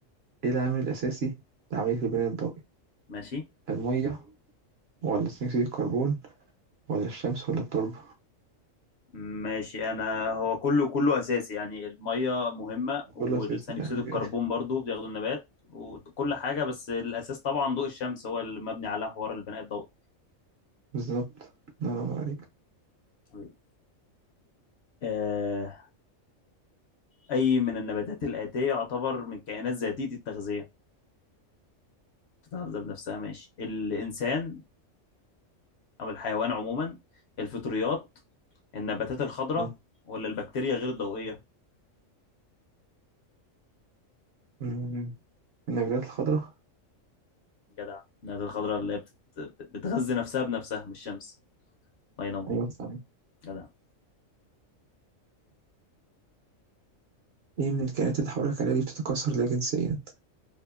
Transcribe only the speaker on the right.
ايه العامل الأساسي لعملية البناء الضوئي؟
المية ولا ثاني أكسيد الكربون ولا الشمس ولا التربة؟
كله أساسي بقى
كده <laughs>
بالظبط الله ينور عليك
آه.
أمم. النباتات الخضراء
أيوة صحيح
إيه من الكائنات اللي حولك عليها دي بتتكاثر لا جنسيا؟